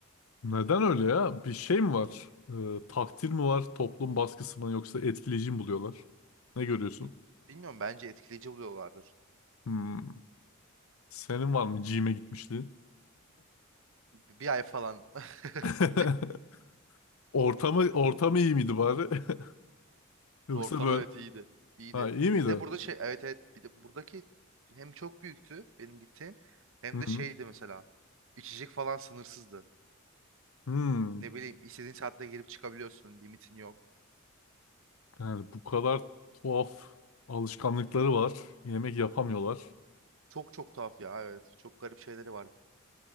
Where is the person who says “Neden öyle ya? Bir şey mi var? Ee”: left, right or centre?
Left